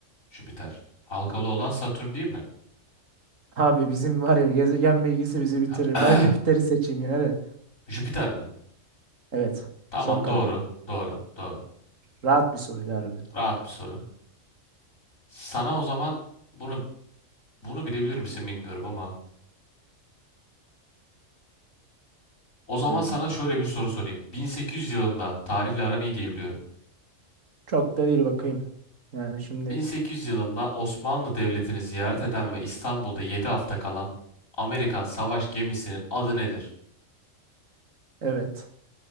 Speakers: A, on the left; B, on the right.
A: Jüpiter. Halkalı olan Satürn değil mi?
B: Abi bizim var ya gezegen bilgisi bizi bitirir.
A: <clears throat>
B: Ben Jüpiter'i seçeyim yine de.
A: Jüpiter mi?
B: Evet.
A: Tamam,
B: Son kararım.
A: doğru. Doğru, doğru.
B: Rahat bir soru harbiden.
A: Rahat bir soru. Sana o zaman bunu bunu bilebilir misin bilmiyorum ama o zaman
B: Hmm.
A: sana şöyle bir soru sorayım. 1800 yılında tarihle aran iyi diye biliyorum.
B: Çok da değil bakayım. Yani şimdi
A: 1800 yılında Osmanlı Devleti'ni ziyaret eden ve İstanbul'da 7 hafta kalan Amerikan savaş gemisinin adı nedir?
B: evet.